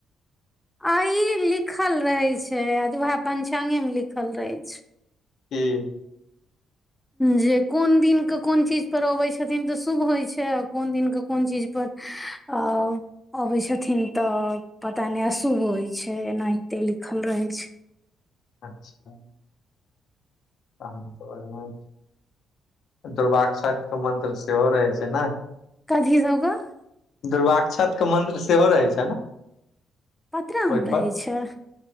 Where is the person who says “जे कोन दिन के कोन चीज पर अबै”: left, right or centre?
Centre